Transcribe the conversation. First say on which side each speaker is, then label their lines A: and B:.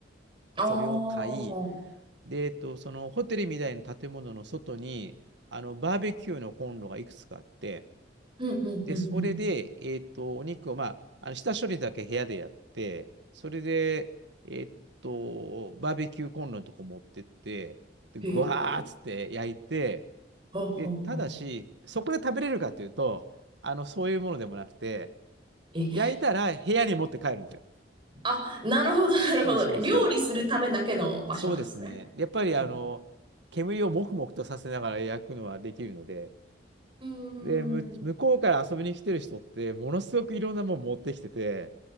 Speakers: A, on the right; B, on the right.
A: ああ。
B: それを買い、
A: うん
B: で、えっと、そのホテルみたいな建物の外に、あの、バーベキューのコンロがいくつかあって、
A: うんうんうん。
B: で、それで、えっと、お肉を、まあ、あの下処理だけ部屋でやって、それで、えっと、バーベキューコンロのとこ持ってって、で、
A: へえ。
B: ぐわーっつって焼いて、
A: ほうほうほう。
B: で、ただし、そこで食べれるかというと、あの、そういうものでもなくて、
A: え、
B: 焼いたら部屋に持って帰るんですよ。
A: あ、なるほど、なるほど。
B: そうそうそう。
A: 料理するためだけの場所なんですね。
B: そうですね。やっぱりあの、
A: うん
B: 煙をもくもくとさせながら焼くのはできるので、
A: うー
B: で、む向こうから遊びに来てる人って、
A: ん。
B: ものすごくいろんなもの持ってきてて、